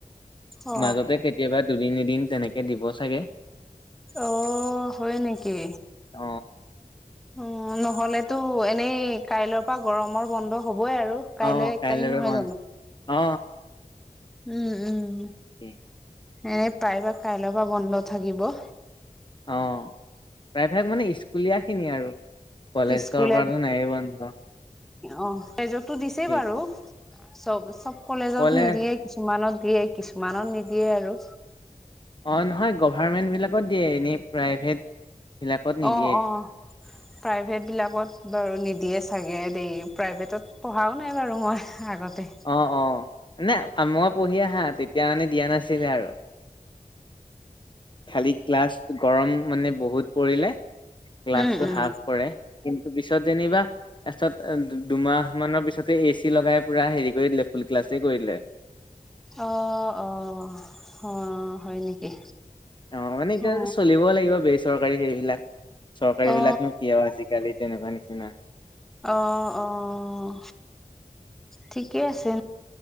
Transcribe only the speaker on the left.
মাজতে কেতিয়াবা দুদিন এদিন তেনেকে দিব চাগে।
অ
অ
কাইলৈৰ
বন্ধ
অ
তাকে
অ প্ৰায়ভাগ মানে স্কুলীয়া খিনি আৰু। কলেজৰ
পৰাতো নাই বন্ধ।
সেইটো
কলেজ
অঁ নহয় গভাৰ্মেণ্টবিলাকত দিয়ে এনেই প্ৰাইভেটবিলাকত নিদিয়ে।
অহ অহ নে মই পঢ়ি আহা তেতিয়া মানে দিয়া নাছিলে আৰু। খালি ক্লাছ গৰম মানে বহুত পৰিলে। গ্লাছটো
হাফ কৰে কিন্তু পিছত যেনিবা। তাৰপিছত দুমাহ মানৰ পিছতে এ চি লগাই পুৰা হেৰি কৰি দিলে ফুল ক্লাছে কৰিলে।
অ মানে এতিয়া
চলিবও লাগিব বেচৰকাৰী সেইবিলাক চৰকাৰী
বিলাকনো কিয় আৰু আজিকালি। তেনেকুৱা নিচিনা।